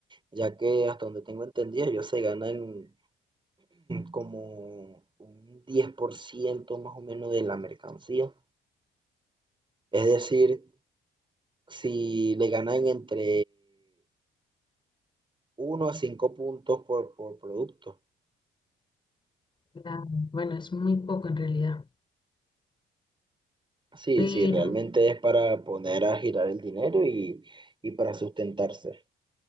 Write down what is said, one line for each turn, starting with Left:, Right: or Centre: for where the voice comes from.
Right: ya que hasta donde tengo entendido, ellos se ganan como un 10% más o menos de la mercancía. Es decir, si le ganan entre uno a 5 puntos por, por producto.
Left: Claro, Bueno, es muy poco en realidad,
Right: Sí,
Left: pero...
Right: sí, realmente es para poner a girar el dinero y, y para sustentarse.